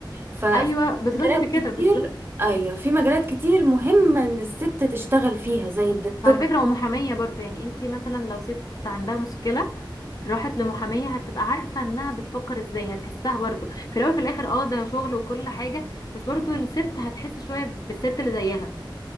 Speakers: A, on the right; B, on the left.
A: ففي
B: ايوه بالظبط
A: مجالات كتير
B: كده بالظبط
A: ايوه في مجالات كتير مهمة ان الست تشتغل فيها زي الد- الطب
B: وعلى فكرة ومحامية برضه يعني انتي مثلا لو ست عندها مشكلة راحت لمحامية هتبقى عارفة انها بتفكر ازاي هتحسها برضه في الاول في الاخر اه ده شغل وكل حاجة بس برضه الست هتحس شوية بالست اللي زيها